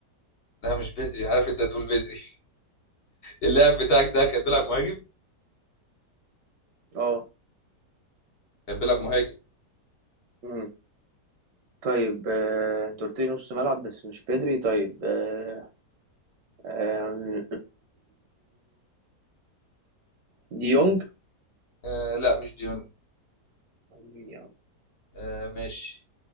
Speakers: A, on the left; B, on the right.
A: لا مش بدري عارف انت هتقول بدري اللاعب بتاعك ده كان بيلعب
B: ماشي
A: مهاجم
B: اه
A: كان بيلعب مهاجم
B: امم طيب آه، انت قلت لي نص ملعب بس مش بيدري طيب آه، آم، ديونج
A: آه لا مش ديون
B: مين يا عم
A: آه ماشي